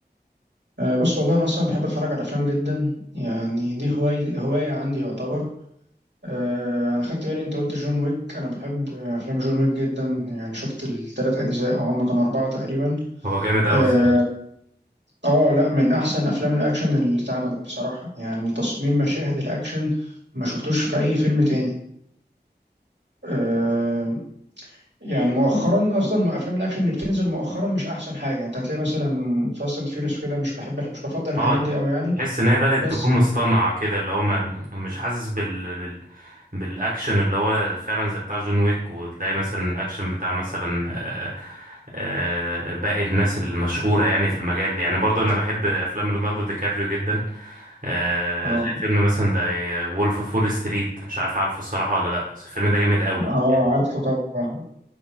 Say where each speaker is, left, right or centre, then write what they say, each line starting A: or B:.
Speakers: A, on the right (about 85°); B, on the right (about 50°).
A: أه بص والله أنا أصلا بحب أتفرج على الأفلام جدا يعني دي هواية هواية عندي يعتبر أه أنا خدت بالي أنت قلت جون ويك أنا بحب آه، أفلام جون ويك جدا يعني شفت التلات أجزاء أو هما كانوا أربعة تقريبا
B: هو جامد قوي
A: أه
B: الصراحه
A: آه لأ من أحسن أفلام الأكشن اللي اتعملت بصراحة يعني تصميم مشاهد الأكشن ما شفتوش في أي فيلم تاني أه يعني مؤخرا اصلا افلام الاكشن اللي بتنزل مؤخرا مش احسن حاجه يعني انت هتلاقي مثلا فاست اند فيوريوس وكده مش بحب مش بفضل الحاجات
B: اه
A: دي قوي يعني
B: تحس ان هي بدات
A: بس
B: تكون مصطنعه كده اللي هو ما مش حاسس بال... بال... بالاكشن اللي هو فعلا زي بتاع جون ويك وتلاقي مثلا الاكشن بتاع مثلا آه، آه، باقي الناس المشهوره يعني في المجال يعني برضه انا بحب افلام ليوناردو دي كابريو جدا آه
A: اه
B: زي فيلم مثلا ده وولف اوف وول ستريت مش عارف عارفه الصراحة ولا لا بس الفيلم ده جامد قوي
A: اه
B: يعني
A: عارفه طبعا